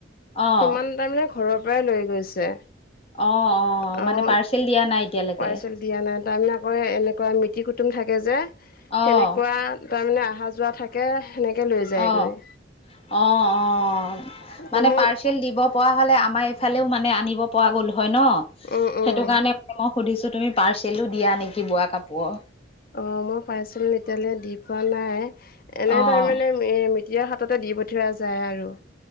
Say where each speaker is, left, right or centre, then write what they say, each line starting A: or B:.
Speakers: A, on the left; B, on the left.
A: অ',
B: সিমান তাৰমানে ঘৰৰ পৰাই লৈ গৈছে।
A: অ', অ',
B: আৰু
A: মানে পাৰ্চেল দিয়া নাই এতিয়ালেকে।
B: পাৰ্চেল দিয়া নাই, তাৰমানে আকৌ এনেকুৱা মিতিৰ কুটুম থাকে যে,
A: অ',
B: সেনেকুৱা তাৰমানে আহা যোৱা থাকে, সেনেকে লৈ যায়গৈ।
A: অ', অ', অ',
B: এতিয়া
A: মানে
B: মোক
A: পাৰ্চ চেল দিব পৰা হ'লে আমাৰ এইফালেও মানে আনিব পৰা গ'ল হয় ন,
B: উম উম
A: সেইটো কাৰণে মই সুধিছো তুমি পাৰ্চেলো দিয়া নেকি বোৱা কাপোৰৰ।
B: অ', মই পাৰ্চেল এতিয়ালে দি পোৱা নাই। এনে
A: অ'।
B: তাৰ মানে এ মিটিৰৰ হাততে দি পঠিওৱা যায় আৰু।